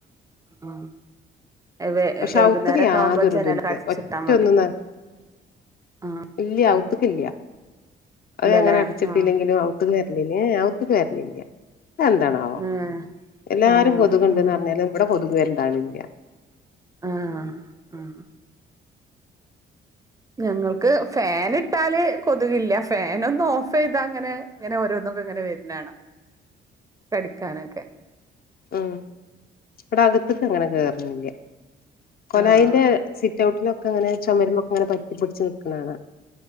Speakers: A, on the right; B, on the left.
A: ആഹ് വെ
B: പക്ഷെ
A: വൈകുന്നേരൊക്കെ
B: ഔത്തക്കയാതൊരു
A: ആവുമ്പോ ജനലൊക്കെ
B: തുല്യ
A: അടച്ചിട്ടാ
B: ഒറ്റ
A: മതി
B: ഒന്നന്ന
A: ആഹ്
B: ഇല്ല ഔത്തക്കില്ല
A: ആഹ്
B: അത്
A: ഇല്ലല്ലേ
B: അങ്ങനെ അടച്ചിട്ടില്ലെങ്കിലുംഔ
A: ആഹ്
B: ത്ത വരലില്ലേ അവത്തക്ക് വരലില്ല എന്താണാവോ
A: ഏഹ്
B: എല്ലാരും
A: ആഹ്
B: കൊതുക്ണ്ട്ന്ന്
A: ആഹ്
B: പറഞ്ഞാലും ഇവിടെ കൊതുക് വരണ്ടളില്ല
A: ആഹ് ആഹ്. ഞങ്ങൾക്ക് ഫൻ ഇട്ടാല് കൊതുകില്ല ഫൻ ഒന്ന് ഓഫ് ചെയ്താ അങ്ങനെ ഇങ്ങനെ ഓരോന്നക്കും ഇങ്ങനെ വരുന്ന കാണാ കടിക്കാനൊക്കെ
B: ഉം ഇവിടെ അകത്തേക്ക അങ്ങനെ കേയറുന്നില്ല കൊലായിന്റെ
A: ആഹ്
B: സിറ്റ് ഔട്ടിലൊക്കെ അങ്ങനെ ചുമരുമൊക്കെ അങ്ങനെ പറ്റി പിടിച്ച് നൽക്കുന്നകാണാം